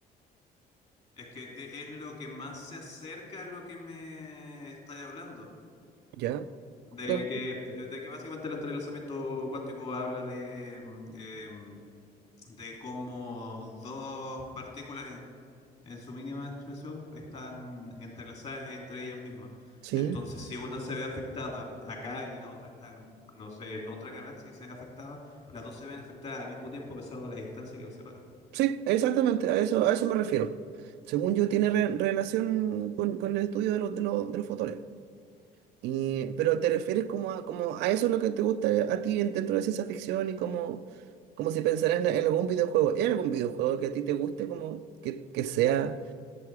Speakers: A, on the left; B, on the right.
A: Es que e- es lo que más se acerca a lo que me estáis hablando.
B: Ya,
A: De
B: cor-
A: que, de que básicamente el entrelazamiento cuántico habla de, mm, em, de cómo dos partículas en, en su mínima expresión están entrelazadas entre ellas mismas.
B: sí,
A: Entonces, si una se ve afectada acá y la otra está en, no sé, en otra galaxia y se ve afectada, las dos se ven afectadas al mismo tiempo a pesar de la distancia que las separa.
B: sí, exactamente, a eso, a eso me refiero. Según yo, tiene re- relación con, con el estudio de los, de los, de los fotones. Y, pero te refieres como a, como a eso lo que te gusta a ti en- dentro de ciencia ficción y como, como si pensaras en, en algún videojuego. ¿Hay algún videojuego que a ti te guste, como que, que sea,